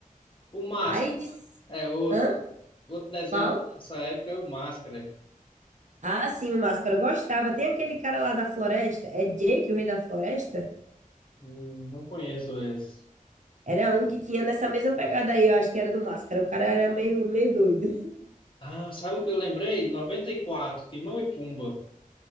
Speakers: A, on the left; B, on the right.
A: O Máscara
B: Aí disse,
A: é outro,
B: hã?
A: outro desenho
B: Qual?
A: da nossa época é o Máscara.
B: Ah, sim, o Máscara eu gostava. Tem aquele cara lá da floresta. É Jake, o rei da floresta?
A: Hum, não conheço esse.
B: Era um que tinha nessa mesma pegada aí, eu acho que era do Máscara. O cara era meio, meio doido. <laughs>
A: Ah, sabe o que eu lembrei? 94, Timão e Pumba.